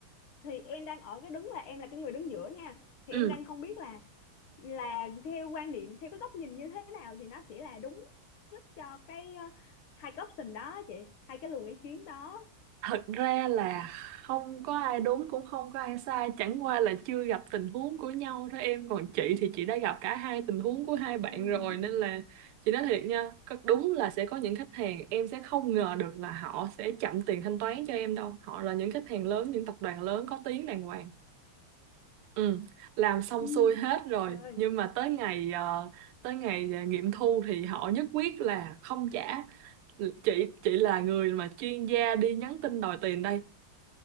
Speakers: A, on the left; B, on the right.
A: thì em đang ở cái đứng là em là cái người đứng giữa nha thì
B: Ừ.
A: em đang không biết là là theo quan niệm theo cái góc nhìn như thế nào thì nó sẽ là đúng nhất cho cái ờ, hai cái option đó chị hai cái luồng ý kiến đó
B: Thật ra là không có ai đúng cũng không có ai sai, chẳng qua là chưa gặp tình huống của nhau thôi em. Còn chị thì chị đã gặp cả hai tình huống của hai bạn
A: ừ
B: rồi nên là chị nói thiệt nha, có- đúng là sẽ có những khách hàng em sẽ không ngờ được là họ sẽ chậm tiền thanh toán cho em đâu. Họ là những khách hàng lớn, những tập đoàn lớn có tiếng đàng hoàng. Ừ, làm xong
A: ừ
B: xuôi hết rồi
A: trời ơi.
B: nhưng mà tới ngày ờ, tới ngày ờ, nghiệm thu thì họ nhất quyết là không trả. Chị chị là người mà chuyên gia đi nhắn tin đòi tiền đây